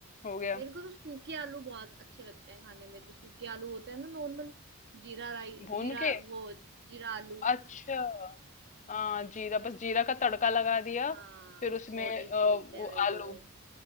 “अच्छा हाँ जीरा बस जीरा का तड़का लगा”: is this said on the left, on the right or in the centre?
Left